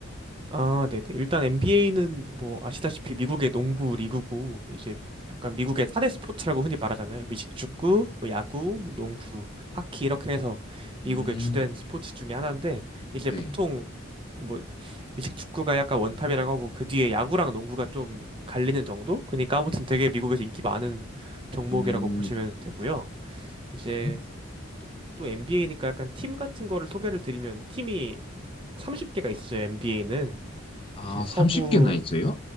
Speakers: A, on the right; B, on the left.
A: 아, 네네. 일단 NBA는 뭐 아시다시피 미국의 농구 리그고 이제 약간 미국의 4대 스포츠라고 흔히 말하잖아요. 미식축구, 뭐 야구, 농구, 하키 이렇게 해서
B: 음,
A: 미국의 주된 스포츠 중에 하나인데 이제
B: 네.
A: 보통 뭐 미식축구가 약간 원탑이라고 하고 그 뒤에 야구랑 농구가 좀 갈리는 정도? 그러니까 아무튼 되게 미국에서 인기 많은 종목이라고
B: 음,
A: 보시면 되고요. 이제
B: 네.
A: 또 NBA니까 약간 팀 같은 거를 소개를 드리면 팀이 30개가 있어요. NBA는
B: 아,
A: 이제 서부
B: 30개나 있어요?